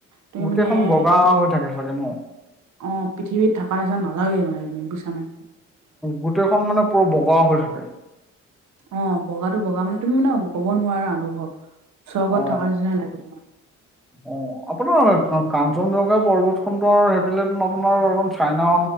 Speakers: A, on the right; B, in the centre.
A: তুমি
B: গোটেইখন
A: মানে
B: বগা
A: এ
B: হৈ থাকে চাগে ন।
A: অ' পৃথিৱীত থকা নিচিনা নালাগেই মানে বুইছা নে।
B: গোটেইখন মানে পূৰা বগা হৈ থাকে
A: অ' বগাটো বগা মানে তুমি মানে ক'ব নোৱাৰা অনুভৱ। স্বৰ্গত
B: অ
A: থকাৰ নিচিনাই লাগে তোমাৰ।
B: অ আপোনাৰ কাঞ্চনজংঘা পৰ্বতখনটো আও সেইফালেতোন আপোনাৰ <unintelligible> চাইনা,